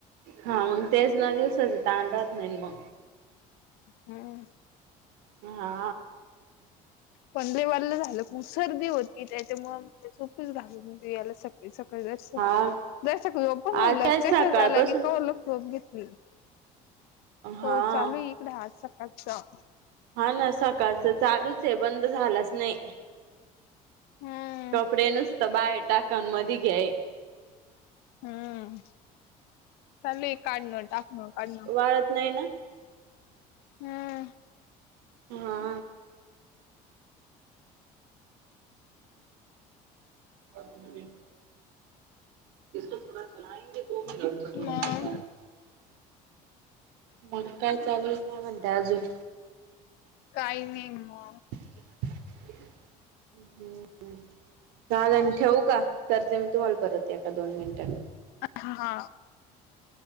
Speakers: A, on the right; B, on the left.
A: हा मग तेच न? दिवसाचं तान ऱ्हात नाईना म?
B: हम्म.
A: म हा.
B: पनरे वल्लं झालं की सर्रदी होती त्याच्यामुळं ते टोपीच घालत होते यायला सक ते सगळी जरसं
A: हा
B: <unintelligible> म्हणलं
A: आता सकाळपासून
B: कशाला जायला की कवरलोक <unintelligible> घेतली.
A: हा.
B: हो चालूइ हे इकडे आज सकाळचा.
A: हा न, सकाळचा चालूचहे. बंद झालाच नाही.
B: हम्म
A: कपडे नुसतं बाहेर टाकान मधी घ्याय.
B: हं, चालूए काढणं, टाकणं, काढणं.
A: कळत नाही ना?
B: हम्म.
A: हा. <inaudible> <inaudible>
B: मग
A: मंग काय चालूए? काय म्हंताय अजून?
B: काही नाई म
A: <unintelligible> हं. हं, चाल आन ठेउ का? करते मी तुम्हाला परत एका दोन मिनटांनी.
B: अह हा.